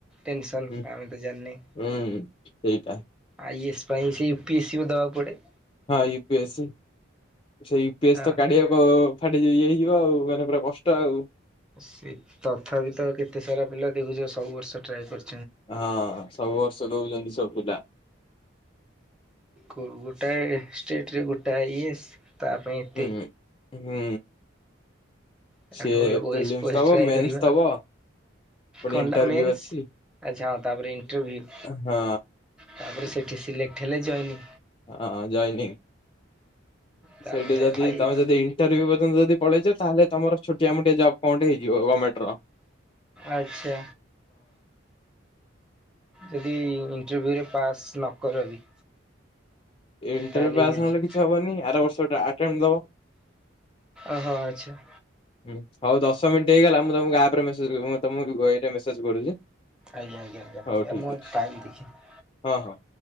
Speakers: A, in the centre; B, on the left (about 25°).
A: ଟେନସନ୍
B: ହୁଁ
A: ଆମେ ତ ଜାନେ।
B: ହୁଁ ସେଇଟା।
A: ଆଇଏଏସ୍ ପାଇଁ ସେ ୟୁ ପି ଏସି ଵା ଦବାକୁ ପଡେ।
B: ହଁ ୟୁପିଏସି ସେ ୟୁପିଏସି
A: ଆ
B: ତ କାଢିଆ ଓ ଫାଟି ତ ଇଏ ହେଇଯିବ ଆଉ ମାନେ ପୁରା କଷ୍ଟ ଆଉ।
A: ସେ ତଥାପି ତ କେତେ ସାରା ପିଲା ଦେଖୁଛ ସବୁ ବର୍ଷ ଟ୍ରାଏ କରୁ
B: ହଁ ସବୁ ବର୍ଷ ଦଉଛନ୍ତି ସଵୁପିଲା।
A: ଗୋଟାଏ ଷ୍ଟେଟରେ ଗୋଟାଏ ଆଇଏସ୍ ତା ପାଇଁ ଏତେ
B: ହୁଁ। ହୁଁ।
A: ତା
B: ସିଏ
A: ଠୁ ଭଲ ଓଏସ
B: ପ୍ରିଲିମ୍ସ
A: ଫୋଏସ
B: ଦବ
A: ଟ୍ରାଏ
B: ମେନ୍ସ
A: କରିବା।
B: ଦବ ପୁଣି
A: କଣ
B: ଇଣ୍ଟରଭ୍ୟୁ
A: ଟା ମେନ୍ସ
B: ଅଛି।
A: ଆଛା ହଁ ତାପରେ ଇଣ୍ଟରଭି୍ୟୁ।
B: ହଁ
A: ତାପରେ ସେଠି ସିଲେକ୍ଟ ହେଲେ ଜଏନିଁ।
B: ହଁ ଜଏନିଁ,
A: ତାପରେ
B: ସେଠି ଯଦି
A: ଆଇ
B: ତମେ
A: ଏସ୍।
B: ଯଦି ଇଣ୍ଟରଭିଉ ପର୍ଯ୍ୟନ୍ତ ଯଦି ପଳେଇଛ ତାହେଲେ ତମର ଛୋଟିଆ ମୋଟିଆ ଜବ କଣଟେ ହେଇଯିବ ଗର୍ମେଣ୍ଟର।
A: ଆଛା। ଯଦି ଇଣ୍ଟରଭ୍ୟୁରେ ପାସ୍ ନ କର ବି
B: ଏ ଇଣ୍ଟରଭିଉ
A: ତାହେଲେ
B: ପାସ୍
A: ବି ମିଳିଯିବ।
B: ନ ହେଲେ କିଛି ହବନି ଆର ବର୍ଷଟା ଅଟେଏମ୍ଟ ଦବ।
A: ଓହୋ ଆଛା।
B: ହୁଁ ହଉ ଦଶ ମିନିଟ୍ ହେଇଗଲା ମୁଁ ତମକୁ ଆଉଥରେ ମେସେଜ କର ମୁଁ ତମକୁ ଗଇରେ ଏଇଟା ମେସେଜ୍ କରୁଛି।
A: ଆଜ୍ଞା ଆଜ୍ଞା ଆଜ୍ଞା
B: ହଉ
A: ଆଜ୍ଞା
B: ଠିକ
A: ମୋ
B: ଅଛି
A: ଟାଇମ ଦେଖିନି।
B: ହଁ ହଁ।